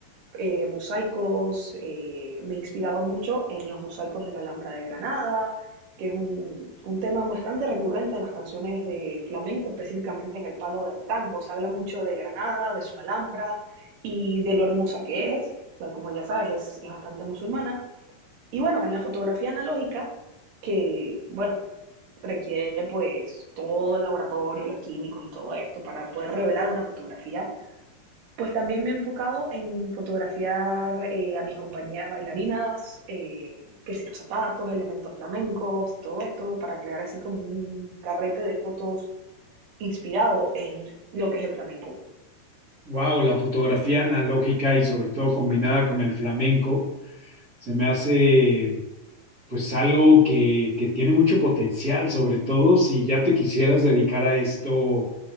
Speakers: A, on the right; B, on the right.
A: eh, mosaicos, eh, me he inspirado mucho en los mosaicos de la Alhambra de Granada, que es un, un tema bastante recurrente en las canciones de flamenco, específicamente en el palo del tango. Se habla mucho de Granada, de su Alhambra y de lo hermosa que es, pues, como ya sabes, es, es bastante musulmana. Y bueno, en la fotografía analógica, que bueno, requiere pues todo el laboratorio y los químicos y todo esto para poder revelar una fotografía pues también me he enfocado en fotografiar eh, a mis compañeras bailarinas, eh, que si los zapatos, elementos flamencos y todo esto, para crear así como un carrete de fotos inspirado en lo que es el flamenco.
B: Wow, la fotografía analógica y sobre todo combinada con el flamenco se me hace pues algo que, que tiene mucho potencial, sobre todo si ya te quisieras dedicar a esto